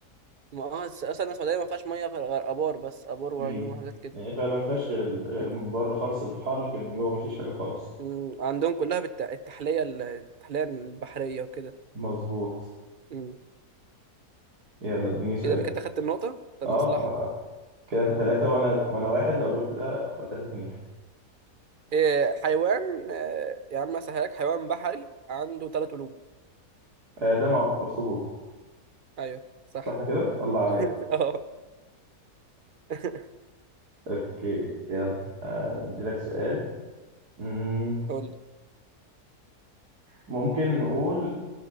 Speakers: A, on the right; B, on the right.
A: ما اه الس- اصلا السعوديه ما فيهاش ميه غير غير ابار بس ابار وعيون
B: مم.
A: وحاجات كده
B: يعني فعلا ما فيهاش غير ال- غير
A: مم.
B: من بره خالص البحار لكن من جوه ما فيش حاجه خالص
A: مم. عندهم كلها بالت- التحليه ال- التحليه البحريه وكده
B: مظبوط
A: مم.
B: يلا اديني سؤال
A: كده انا كده خدت النقطه طب
B: اه
A: مصلحه
B: آه. كده انت ثلاثة وانا وانا واحد لو جبت ده ابقى ثلاثة اتنين
A: إيه حيوان آه، يا عم اسهلك حيوان بحري عنده ثلاث قلوب
B: آه ده معروف الاخطبوط
A: ايوه صح
B: صح كده الله
A: <laughs>
B: عليا
A: اه <laughs>
B: اوكي يلا آه، ادي لك سؤال مم،
A: قول لي
B: ممكن نقول